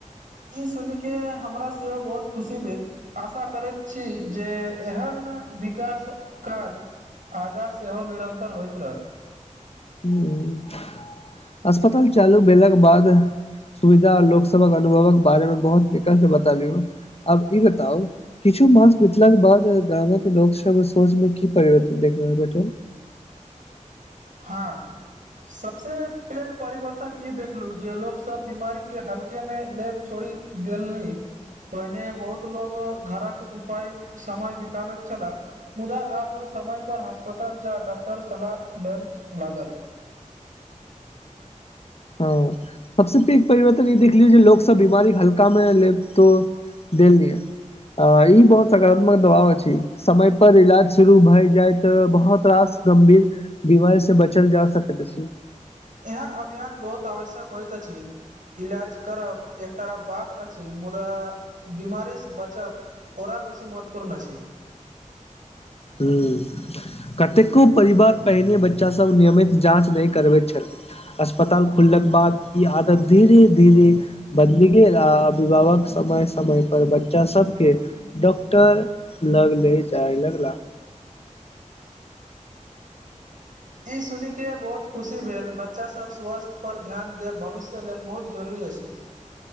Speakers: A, on the right (about 80°); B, on the left (about 50°).
A: ई सुन के हमरा से बहुत खुशी भेल आशा करैत छी जे एहन विकास काज आगा सेहो निरन्तर होइत रहत
B: हं अस्पताल चालू भेलाके बाद सुविधा आ लोक सबक अनुभवक बारेमें बहुत तीका से बता ली अब ई बताउ किछु मास बितलाक के बाद गामक लोक सब सोच में की परिवर्तन देख रहल बैटल
A: हाँ सबसँ पैघ परिवर्तन ई देखलू जे लोकस बीमारीके हल्के में लेब छोड़ि दिल्ली पहिने बहुत लोग घरक उपाय समय बितबैत छला मुदा आब समय पर अस्पताल जा डॉक्टर सलाहब <unintelligible> लागल
B: हँ सबस पघ परिवर्तन ई देख लिय जे लोक सब बीमारी हल्का में ले तो देल्लए अ ई बहुत सकारात्मक दबाव छय समय पर इलाज शुरू भय जाय तऽ बहुत रास गंभीर बीमार से बचल जा सकैत अछि
A: एहन अभियान बहुत आवश्यक होइत अछि इलाज करब एकटा बात अछि मुदा बीमारी से बचब ओरा बेसी महत्वपूर्ण अछि
B: हं कतेको परिवार पहिने बच्चासभ नियमित जाँच नहि करबैत छल अस्पताल खुलके बाद ई आदत धीरे धीरे बदली गेल आ अभिभावक समय समय पर बच्चा सबके डॉक्टर लगले जाय लगला
A: ई सुनिक के बहुत खुशी भेल बच्चा सब स्वास्थ्य पर ध्यान देब भविष्य लेल बहुत जरुरी अछि